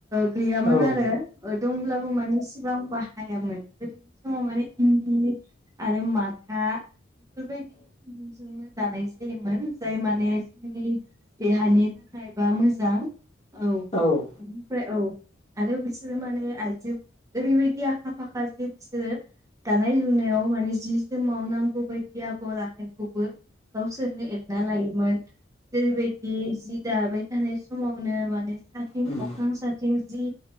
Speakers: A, on the right; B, on the left.
A: गैयामोन
B: औ
A: आरो
B: औ
A: दंब्लाबो माने सिगां बाहायामोन। समाव माने इन्दि आरो माथा बेफोरबायदि खुन्दुंजोंनो जानाय जायोमोन। जाय माने जोंनि देहानि थाखाय बा मोजां औ
B: औ
A: बिनिफ्राय औ आरो बिसोरो माने आइजो ओरैबायदि आखा फाखा जे बिसोरो दानाय लुनायाव माने जि जोमाव नांगौ बायदि आगर आखाइखौबो गावसोरनो एरना लायोमोन जेरैबायदि जि दाबाय थानाय समावनो माने साथिं
B: उम
A: अख्रां साथिं जि